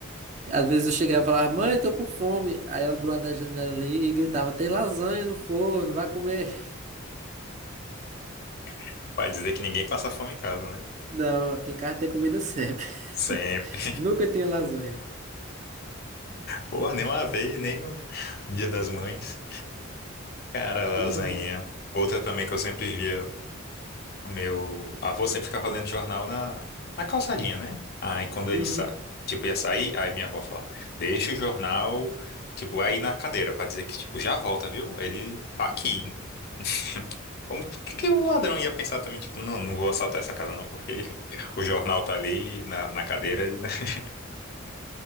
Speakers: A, on the right; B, on the left.
A: Às vezes eu chegava e falava, mãe, tô com fome. Aí ela do lado da janela ali e gritava, tem lasanha no forno, vai comer.
B: <laughs> pra dizer que ninguém passa fome em casa, né?
A: Não, aqui em casa tem comida sempre. <laughs>
B: sempre
A: Nunca tinha lasanha.
B: Porra, nem uma vez, nem no Dia das Mães. Cara, lasanha.
A: Uhum,
B: Outra também que eu sempre via, o meu avô sempre ficava lendo jornal na, na calçadinha, né? Aí quando ele
A: uhum.
B: sa... tipo, ia sair, aí minha avó falava, deixa o jornal, tipo, aí na cadeira, pra dizer que, tipo, já volta, viu? Ele tá aqui. <laughs> Como o que que o ladrão ia pensar também, tipo, não, não vou assaltar essa casa não, porque <laughs> o jornal tá ali na, na cadeira, ele, né? <laughs>